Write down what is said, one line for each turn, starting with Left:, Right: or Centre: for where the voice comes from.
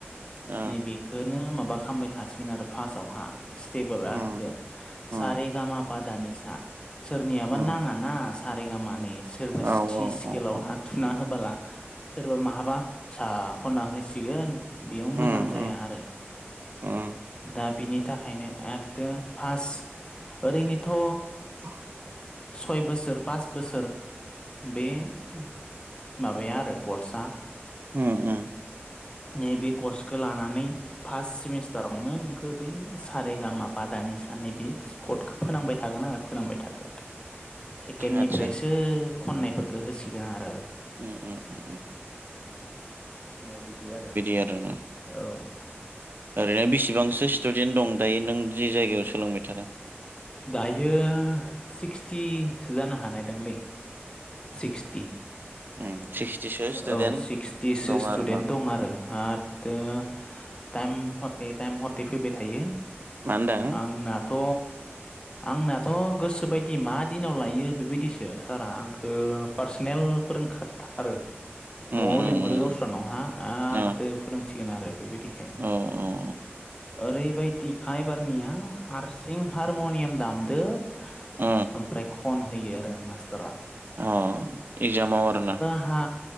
Right: <unintelligible>
Left: बेखोनो माबा खामबाय थासिगोन आरो फार्स्टआवहा टेबोला
Right: उम
Left: दो सारे
Right: उम
Left: गामा पादा निसा सोरनियाबा
Right: उम
Left: नाङा ना सारे माने सोरबा
Right: औ
Left: स्ति
Right: औ
Left: स्केलाव
Right: औ औ
Left: हा थुना होबाला सोरबा माहाबा फिसा खनना होसिगोन बेयाव मोजां
Right: उम
Left: जाया
Right: उम
Left: आरो।
Right: उम
Left: दा बिनि थाखायनो एददो फार्स्ट ओरैनोथ'।
Right: <inaudible>
Left: सय बोसोर पास बोसोर बे उम। माबाया आरो कर्सआ।
Right: अ अ।
Left: नैबे कर्सखो लानानै फार्स्ट सेमिस्टारावनो नोंखो बि सारेगामा पादा निसानि बि स्कटखो फोनांबाय थागोन आरो फोनांबाय थागोन सेकेणडनिफ्रायसो।
Right: आदसा
Left: खननायफोरखो होसिगोन आरो।
Right: उम उम उम उम।
Left: नै बिदि आरो।
Right: <unintelligible>
Left: औ।
Right: ओरैनो बिसिबांसो स्टुडेन्ट दं दायो नों जे जायगायाव सोलोंबाय थादों।
Left: दायो सिक्सटिसो जानो हानायदांलै। सिक्सटि
Right: उम सिक्सटिसो स्टुडेन्ट
Left: औ सिक्सटिसो
Right: दं
Left: स्टुडेन्ट
Right: आरो ना
Left: दं आरो। हातटो टाइम हटे टाइम हट। टे फैबाय थायो
Right: मा होनदों
Left: आंनाथ'। आंनाथ' गोसो बायदि मा दिनाव लायो बेबायदिसो सारआ आंखो पार्सनेल फोरोंखाथारो।
Right: <inaudible>
Left: न'आव लिंहरो
Right: उम उम
Left: गावस्रानावहा आददो
Right: ओ
Left: फोरोंसिगोन आरो बेबायदिहाय।
Right: औ औ।
Left: ओरैबायदिखा एबारनिया हारसिं। हारम'नियाम दामदो ओमफ्राय
Right: उम
Left: खनहोयो आरो मास्टारा।
Right: अ एक्जामाव आरोना।
Left: हा